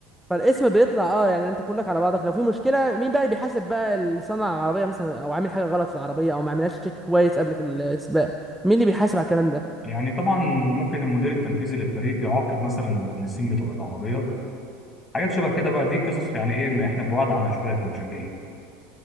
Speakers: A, in the centre; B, on the left.
A: فالاسم بيطلع اه يعني انت كلك على بعضك لو في مشكله مين بقى اللي بيحاسب بقى اللي صنع العربيه مثلا او عامل حاجه غلط في العربيه او ما عملهاش تشيك كويس قبل السباق مين اللي بيحاسب على الكلام ده
B: يعني طبعا ممكن المدير التنفيذي للفريق يعاقب مثلا المهندسين بتوع العربيات حاجات شبه كده بقى دي قصص يعني ايه ما احنا بعاد عنها شوية كمشجعين